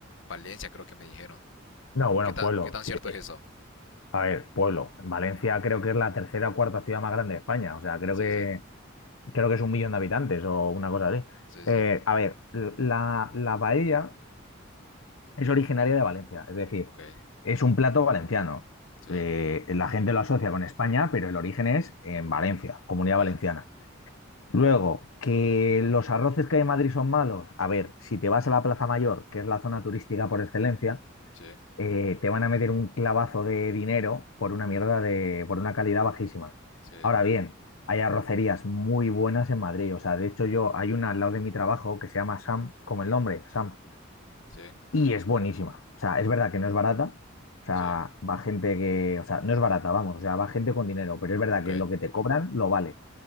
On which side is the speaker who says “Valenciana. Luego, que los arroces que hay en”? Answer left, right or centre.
Left